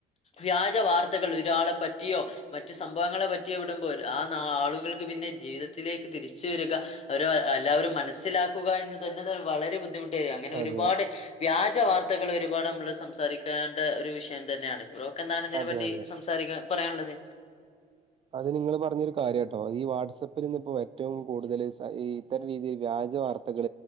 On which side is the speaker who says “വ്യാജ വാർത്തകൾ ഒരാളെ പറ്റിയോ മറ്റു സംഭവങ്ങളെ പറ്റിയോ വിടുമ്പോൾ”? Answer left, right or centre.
Left